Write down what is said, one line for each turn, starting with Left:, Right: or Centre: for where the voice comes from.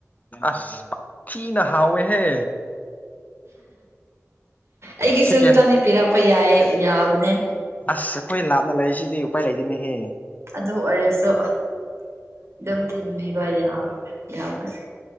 Left: ꯑꯁ ꯄꯊꯤꯅ ꯍꯥꯎꯋꯦꯍꯦ
Right: ꯑꯩꯒꯤꯁꯨ
Left: ꯁꯦꯀꯦꯟ
Right: ꯈꯤꯇꯪꯗꯤ ꯄꯤꯔꯛꯄ ꯌꯥꯏ ꯌꯥꯕꯅꯦ
Left: ꯑꯁ ꯑꯩꯈꯣꯏ ꯂꯥꯞꯅ ꯂꯩꯔꯤꯁꯤꯗꯤ ꯎꯄꯥꯏ ꯂꯩꯗꯣꯏꯅꯦꯍꯦ
Right: ꯑꯗꯨ ꯑꯣꯏꯔꯁꯨ ꯑꯗꯨꯝ ꯊꯤꯟꯕꯤꯕ ꯌꯥꯕꯁꯨ